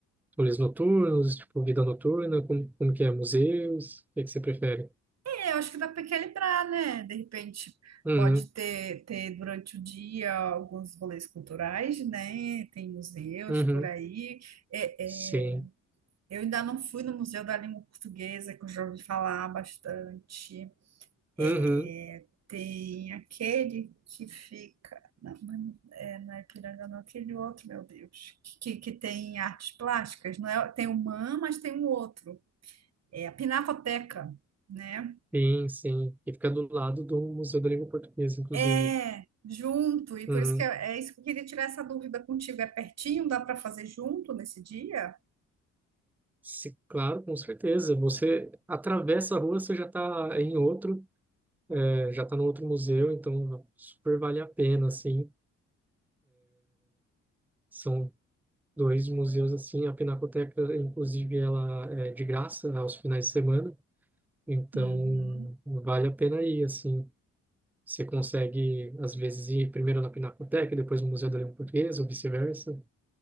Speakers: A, in the centre; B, on the right (about 60°).
A: rolês noturnos, tipo, vida noturna, como, como que é, museus, o que que você prefere?
B: É, eu acho que dá para equilibrar, né? De repente
A: Uhum,
B: pode ter, ter durante o dia alguns rolês culturais, né? Tem museus
A: uhum,
B: por aí. É,
A: sim,
B: é, eu ainda não fui no Museu da Língua Portuguesa, que eu já ouvi falar bastante.
A: uhum.
B: É, tem aquele que fica. Não, mas é, não é Ipiranga, não, aquele outro, meu Deus. Que, que, que tem artes plásticas, não é? Tem o MAM, mas tem um outro. É a Pinacoteca, né?
A: Sim, sim. E fica do lado do Museu da Língua Portuguesa, inclusive.
B: É, junto. E
A: Uhum.
B: por isso que é, é isso que eu queria tirar essa dúvida contigo. É pertinho, dá para fazer junto nesse dia?
A: Se- claro, com certeza. Você atravessa a rua, você já está em outro, é, já está no outro museu, então super vale a pena, assim. São dois museus, assim. A Pinacoteca, inclusive, ela é de graça aos finais de semana, então
B: Uhum.
A: vale a pena ir, assim. Você consegue, às vezes, ir primeiro na Pinacoteca, depois no Museu da Língua Portuguesa, ou vice-versa.